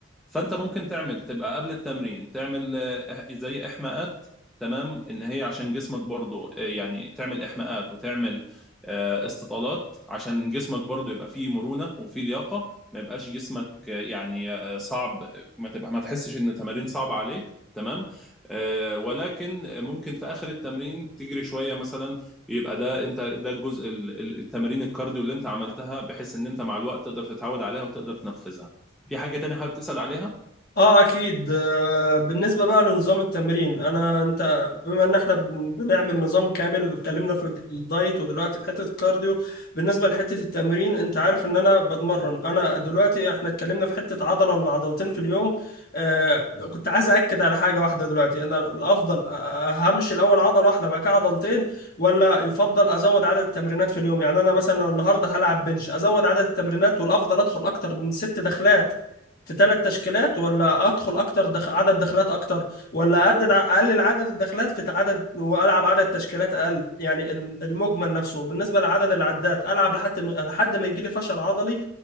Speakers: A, in the centre; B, on the left.
A: فانت ممكن تعمل تبقى قبل التمرين تعمل آه، زي احماءات تمام ان هي عشان جسمك برضو آه، يعني تعمل احماءات وتعمل آه، استطالات عشان جسمك برضو يبقى فيه مرونة وفيه لياقة ما يبقاش جسمك يعني آه، صعب ما تبقى ما تحسش ان التمارين صعبه عليك تمام آه ولكن ممكن في اخر التمرين تجري شويه مثلا يبقى ده انت ده الجزء ال- ال- التمارين الكارديو اللي انت عملتها بحيث ان انت مع الوقت تقدر تتعود عليها وتقدر تنفذها في حاجه تانية حابب تسال عليها
B: اه اكيد آه، بالنسبه بقى لنظام التمرين انا انت بما ان احنا بن- بنعمل نظام كامل اتكلمنا في الدايت ودلوقتي في حته الكارديو بالنسبه لحته التمرين انت عارف ان انا بتمرن انا دلوقتي احنا اتكلمنا في حته عضله ولا عضلتين في اليوم آه كنت عايز اكد على حاجه واحده دلوقتي انا الافضل آه، همشي الاول عضله واحده بعد كده عضلتين ولا يفضل ازود عدد التمرينات في اليوم يعني انا مثلا لو النهارده هلعب بنش ازود عدد التمرينات والافضل ادخل اكتر من ست دخلات في ثلاث تشكيلات ولا ادخل اكتر دخ... عدد دخلات اكتر ولا اعدد اقلل عدد الدخلات في عدد والعب عدد تشكيلات اقل يعني الم- المجمل نفسه بالنسبه لعدد العدات العب لحد ما- لحد ما يجي لي فشل عضلي